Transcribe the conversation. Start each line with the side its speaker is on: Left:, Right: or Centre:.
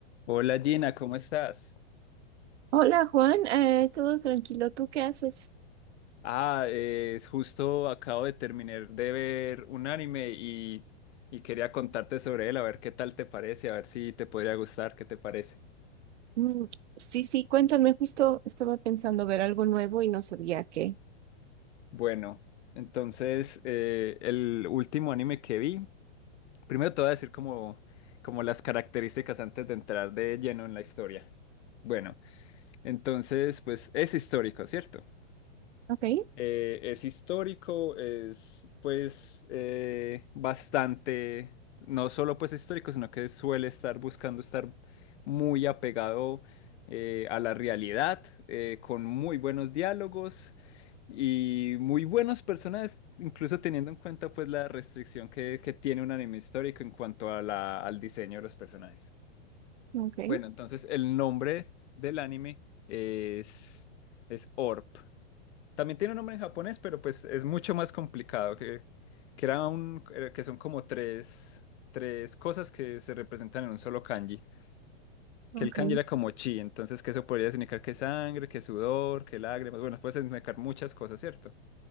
Left: Hola Gina, ¿cómo estás?
Right: Hola Juan, eh, todo tranquilo, ¿tú qué haces?
Left: Ah, eh, justo acabo de terminar de ver un anime y, y quería contarte sobre él, a ver qué tal te parece, a ver si te podría gustar, ¿qué te parece?
Right: Mm, sí, sí, cuéntame, justo estaba pensando ver algo nuevo y no sabía qué.
Left: Bueno, entonces eh, el último anime que vi, primero te voy a decir como, como las características antes de entrar de lleno en la historia. Bueno, entonces pues es histórico, ¿cierto?
Right: Ok,
Left: Eh, es histórico, es pues eh, bastante, no solo pues histórico, sino que suele estar buscando estar muy apegado eh, a la realidad, eh, con muy buenos diálogos y muy buenos personajes, incluso teniendo en cuenta pues la restricción que, que tiene un anime histórico en cuanto a la- al diseño de los personajes.
Right: ok,
Left: Bueno, entonces el nombre del anime es, es Orp. También tiene un nombre en japonés, pero pues es mucho más complicado, que, que era un, eh, que son como tres, tres cosas que se representan en un solo kanji. Que
Right: ok,
Left: el kanji era como chi, entonces que eso podría significar que sangre, que sudor, que lágrimas, bueno, puede significar muchas cosas, ¿cierto?